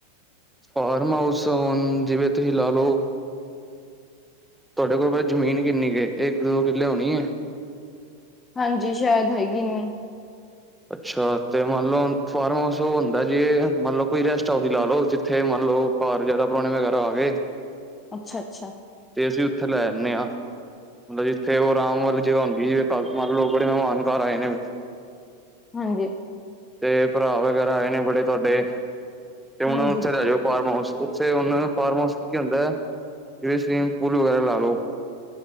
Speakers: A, in the centre; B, on the left.
A: ਫਾਰਮ ਹਾਊਸ ਹੁਣ ਜਿਵੇਂ ਤੁਸੀਂ ਲਾ ਲੋ ਤੁਹਾਡੇ ਕੋਲ ਜ਼ਮੀਨ ਕਿੰਨੀ ਕੁ ਏ, ਇੱਕ ਦੋ ਕਿੱਲੇ ਹੋਣੀ ਹੈ?
B: ਹਾਂਜੀ ਸ਼ਾਇਦ ਹੈਗੀ ਨੀ
A: ਅੱਛਾ ਤੇ ਮੰਨਲੌ ਹੁਣ ਫਾਰਮ ਹਾਊਸ ਉਹ ਹੁੰਦਾ ਜੇ ਮਤਲਬ ਕੋਈ ਰੈਸਟ ਹਾਊਸ ਹੀ ਲਾ ਲੋ ਜਿੱਥੇ ਲੋਕ ਘਰ ਜਿਆਦਾ ਪੁਰਾਣੇ ਵਗੈਰਾ ਆ ਗਏ
B: ਅੱਛਾ ਅੱਛਾ
A: ਤੇ ਅਸੀਂ ਉੱਥੇ ਲੈ ਨੇ ਆ ਮਤਲਬ ਜਿੱਥੇ ਉਹ ਆਰਾਮ ਵਾਲੀ ਜਗ੍ਹਾ ਹੁੰਦੀ ਜੇ, ਮੰਨ ਲੋ ਬੜੇ ਮਹਿਮਾਨ ਘਰ ਆਏ ਨੇ
B: ਹਾਂਜੀ
A: ਤੇ ਭਰਾ ਵਗੈਰਾ ਆਏ ਨੇ ਬੜੇ ਤੁਹਾਡੇ ਤੇ ਹੁਣ
B: ਹਾਂਜੀ
A: ਉੱਥੇ ਲੈ ਜਾਓ ਫਾਰਮ ਹਾਊਸ ਉਹਨੂੰ ਫਾਰਮ ਹਾਊਸ ਕੀ ਹੁੰਦਾ ਹੈ ਕਿ ਸਵੀਮਿੰਗ ਪੂਲ ਵਗੈਰਾ ਲਾ ਲਓ